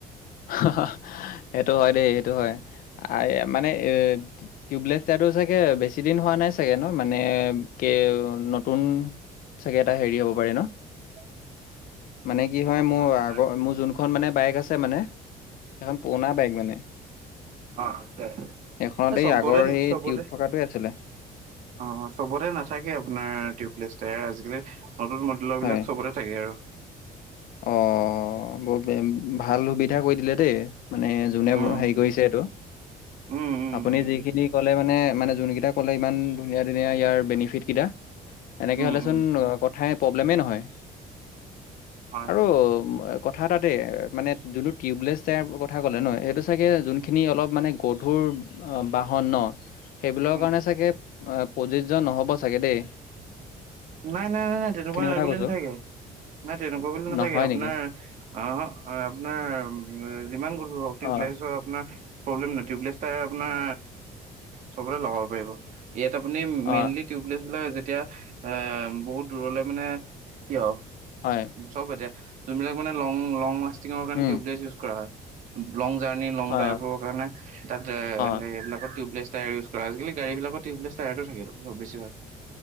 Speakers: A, on the left; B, on the right.
A: <unintelligible> সেইটো হয় দেই সেইটো হয় আ মানে এ টিউবলেছ টায়াৰতোটো চাগে বেছি দিন হোৱা নাই চাগে ন, মানে কে নতুন চাগে এটা হেৰি হ'ব পাৰে ন।
B: <inaudible>
A: মানে কি হয়
B: নহয়
A: মোৰ
B: আপোনাৰ
A: আগৰ মোৰ যোনখন মানে বাইক আছে মানে সেখন পুৰণা বাইক মানে। সেইখনত
B: অ আচ্ছা আচ্ছা এ চবতে
A: এই আগৰ সেই
B: চবতে
A: টিউব থকাটোৱে আছিলে।
B: অ চবতে নাথাকে আপোনাৰ টিউপ্লেছাৰ আজিকালি নতুন মডেলৰ বিলাক
A: হয়,
B: চবৰে থাকে আৰু।
A: অ ব ভাল সুবিধা কৰি দিলে দেই মানে যোনে
B: উম
A: হেৰি কৰিছে এইটো
B: উম উম
A: আপুনি
B: উম
A: যিখিনি ক'লে মানে মানে যোনকেইটা ক'লে ইমান ধুনীয়া ধুনীয়া ইয়াৰ বেনিফিট কিটা এনেকে
B: উম
A: হ'লেচোন
B: উম
A: কথাই প্ৰব্লেমেই নহয়।
B: উম। হয়
A: <unintelligible> কথা তাতে মানে জোনটো টিয়ুবলেছ টায়াৰ কথা ক'লে ন, সেইটোছ চাগে যোনখিনি
B: উম
A: অলপ মানে গধুৰ বাহন ন, সেইবিলাকৰ
B: উম
A: কাৰণে চাগে প্ৰযোজ্য নহ'ব চাগে দে।
B: নাই নাই নাই নাই তেনেকুৱা নাই
A: কথা
B: বুলি
A: কৈছোঁ,
B: নাথাকে। নাই তেনেকুৱা বুলি নাথাকে
A: নহয়
B: আপোনাৰ
A: নেকি?
B: আহ আপোনাৰ যিমান গধুৰ হওঁক টিউবলেছৰ
A: অ',
B: আপোনাৰ প্ৰব্লেম নাই টউবলেছ আপোনাৰ চবতে লগাব পাৰিব। ইয়াত আপুনি
A: অ',
B: মেইনলি টিউবলেছ বিলাক যেতিয়া হেম বহুত দূৰলে মানে কিয়
A: হয়।
B: চব এতিয়া যোনবিলাক মানে লং লং লাষ্টিঙৰ কাৰণে
A: উম,
B: টিউবলেচ ইউজ কৰা হয়। লং জাৰ্ণি লং
A: অ',
B: ড্ৰাইভৰ কাৰণে তাত সেইবিলাকত
A: অ'।
B: টিউবলেছ টায়াৰ ইউজ আজিকালি গাড়ী বিলাকত টিউবলেছ টায়াৰ থাকে, চব বেছি ভাগ।